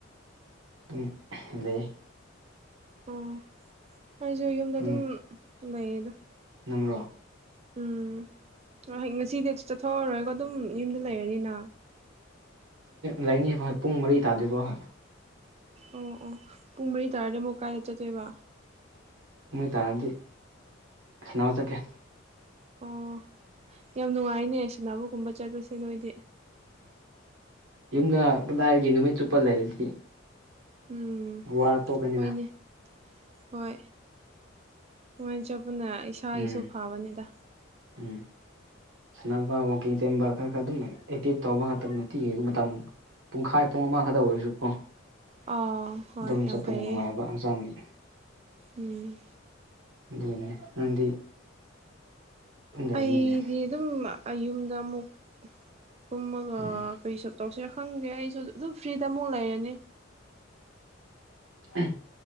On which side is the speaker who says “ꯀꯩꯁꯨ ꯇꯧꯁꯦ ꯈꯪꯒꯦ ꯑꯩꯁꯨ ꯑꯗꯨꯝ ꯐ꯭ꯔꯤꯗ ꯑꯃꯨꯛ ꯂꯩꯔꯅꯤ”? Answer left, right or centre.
Right